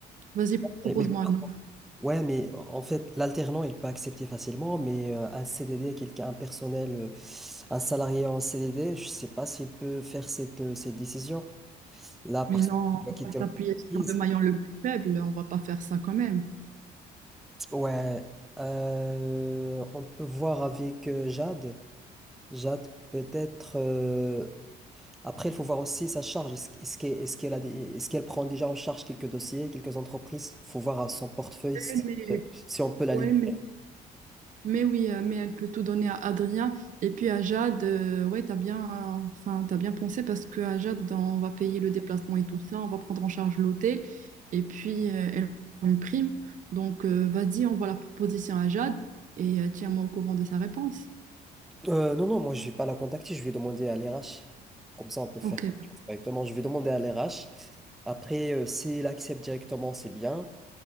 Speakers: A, on the right; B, in the centre.
A: Vas-y, pro- propose-moi
B: Mais
A: un autre.
B: Ouais, mais en fait, l'alternant, il peut accepter facilement, mais euh, un CDD, quelqu'un, un personnel, euh, un salarié en CDD, je sais pas s'il peut faire cette, euh, cette décision. Là, parce
A: Mais non,
B: qu'il va quitter
A: on va
B: l'entreprise.
A: s'appuyer sur le maillon le plus faible, on va pas faire ça quand même.
B: Ouais, euh, on peut voir avec euh, Jade. Jade, peut-être. euh, Après, il faut voir aussi sa charge. Est-ce est-ce qu'elle est-ce qu'elle a des- est-ce qu'elle prend déjà en charge quelques dossiers, quelques entreprises? Il faut voir à son portefeuille
A: Ouais,
B: si,
A: Mais,
B: euh, si on peut la
A: ouais,
B: libérer.
A: mais- mais oui, euh, mais elle peut tout donner à Adrien et puis à Jade. euh, ouais, t'as bien, euh, enfin, t'as bien pensé parce que à Jade, on va payer le déplacement et tout ça, on va prendre en charge l'hôtel et puis euh, elle aura une prime. Donc, euh, vas-y, on voit la proposition à Jade et euh, tiens-moi au courant de sa réponse.
B: Euh, non, non, moi je vais pas la contacter, je vais demander à l'RH. Comme ça, on peut faire
A: Ok.
B: directement. Je vais demander à l'RH. Après, euh, si elle accepte directement, c'est bien.